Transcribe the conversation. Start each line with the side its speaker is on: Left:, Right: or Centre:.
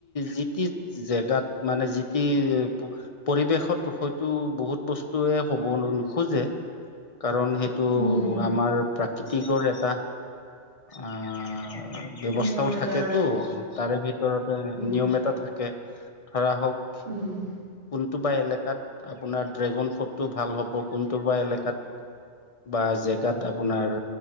Left: যিটি জেগাত মানে যি টি পৰিৱেশত হ য়টো বহুত বস্তুে হব নোখোজে কাৰণ সেইটো
Right: উম
Left: আমাৰ প্ৰাকৃতিকৰ এটা আহ ব্যৱস্থাও
Right: নিয়ম এটা
Left: থাকেতো
Right: আৰু।
Left: তাৰে ভিতৰতে
Right: উম
Left: নিয়ম এটা থাকে ধৰা হওঁক,
Right: উম
Left: কোনটোবা এলেকাত আপোনাৰ ড্ৰেগন ফ্ৰুটটো ভাল হ'ব কোনটোবা এলেকাত বা জেগাত আপোনাৰ